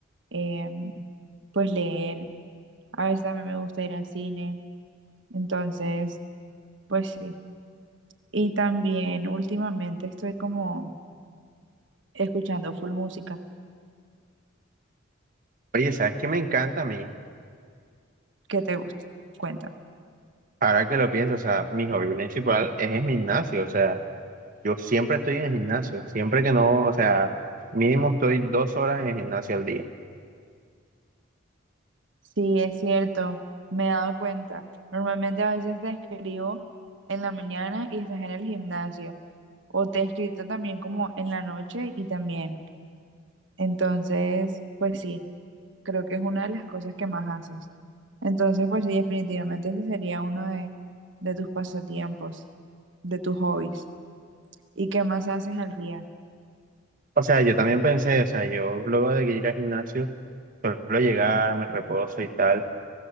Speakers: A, on the right; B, on the right.
A: em, pues leer. A veces también me gusta ir al cine. Entonces, pues sí. Y también últimamente estoy como escuchando full música.
B: Oye, ¿sabes qué me encanta a mí?
A: ¿Qué te gusta? Cuéntame.
B: Ahora que lo pienso, o sea, mi hobby principal es el gimnasio, o sea, yo siempre estoy en el gimnasio, siempre que no, o sea, mínimo estoy dos horas en el gimnasio al día.
A: Sí, es cierto, me he dado cuenta. Normalmente a veces te escribo en la mañana y estás en el gimnasio, o te he escrito también como en la noche y también. Entonces, pues sí, creo que es una de las cosas que más haces. Entonces, pues sí, definitivamente ese sería uno de, de tus pasatiempos, de tus hobbies. ¿Y qué más haces al día?
B: O sea, yo también pensé, o sea, yo luego de ir al gimnasio, suelo llegar, me reposo y tal.